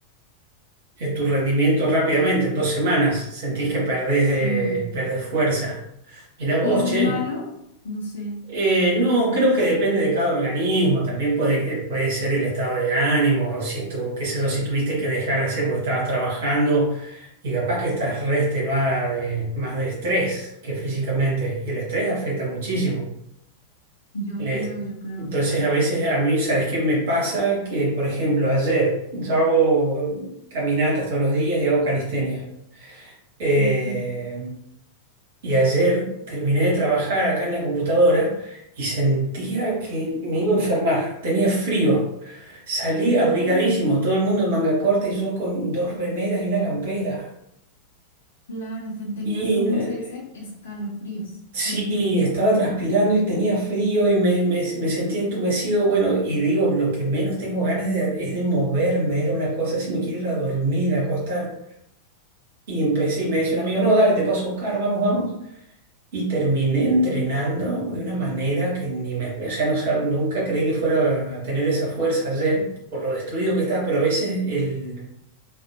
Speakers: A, on the right; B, on the left.
A: en tu rendimiento rápidamente, en dos semanas. Sentís que perdés,
B: Sí.
A: eh, perdés fuerza. Mirá vos,
B: ¿Y eso
A: che.
B: es malo? No sé,
A: Eh,
B: ¿tú
A: no,
B: qué sabes?
A: creo que depende de cada organismo, también puede, que- puede ser el estado de ánimo, o si estuvo qué sé yo, si tuviste que dejar de hacer porque estabas trabajando y capaz que estás re extenuada de, más de estrés que físicamente, y el estrés afecta muchísimo.
B: Yo
A: Eh,
B: creo, yo creo.
A: entonces, a veces a mí, ¿sabes qué me pasa? Que, por ejemplo, ayer yo hago caminatas todos los días y hago calistenia. Eh,
B: Ok.
A: y ayer terminé de trabajar acá en la computadora y sentía que me iba a enfermar. Tenía frío. Salí abrigadísimo,
B: Uh,
A: todo el mundo en manga corta y yo con dos remeras y una campera.
B: claro, ten- tenías
A: Y
B: como
A: eh,
B: se dice escalofríos.
A: sí,
B: Bueno, sí.
A: estaba
B: como-
A: transpirando y tenía frío y me, me, me sentía entumecido. Bueno, y digo, lo que menos tengo ganas de- es de moverme. Era una cosa así, me quiero ir a dormir, a acostar. Y empecé y me dice un amigo, no, dale, te paso a buscar, vamos, vamos. Y terminé entrenando de una manera que ni me, o sea, no, sab- nunca creí que fuera a tener esa fuerza ayer por lo destruido que estaba, pero a veces el,